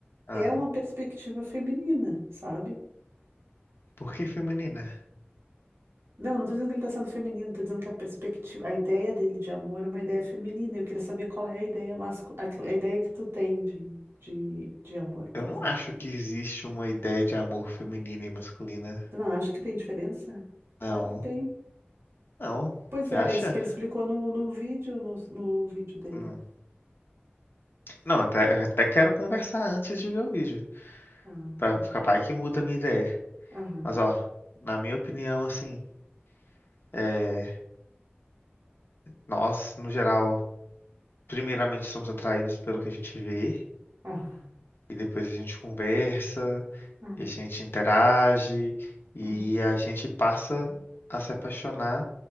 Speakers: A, on the left; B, on the right.
A: Ah.
B: é uma perspectiva feminina, sabe?
A: Porque feminina?
B: Não, não tô dizendo que ele tá sendo feminino, tô dizendo que a perspectiva, a ideia dele de amor é uma ideia feminina. Eu queria saber qual é a ideia masculina, a ideia que tu tem de, de, de amor,
A: Eu
B: por
A: não
B: exemplo.
A: acho que existe uma ideia de amor feminina e masculina.
B: Tu não acha que tem diferença? Claro
A: Não,
B: que tem.
A: não.
B: Pois
A: Você
B: era
A: acha?
B: isso que ele explicou no, no vídeo, no, no vídeo dele.
A: Hum. Não, até, eu até quero conversar antes de ver o vídeo.
B: Ah,
A: Pra
B: ah,
A: ficar vai que muda a minha ideia.
B: aham,
A: Mas, ó, na minha opinião, assim, é, nós, no geral, primeiramente somos atraídos pelo que a gente vê,
B: aham,
A: e depois a gente conversa,
B: aham,
A: e a gente interage, e
B: aham,
A: a gente passa a se apaixonar